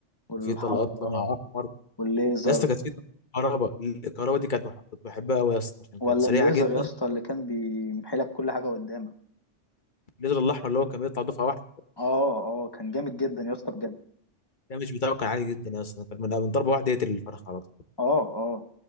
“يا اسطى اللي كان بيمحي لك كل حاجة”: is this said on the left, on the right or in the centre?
Left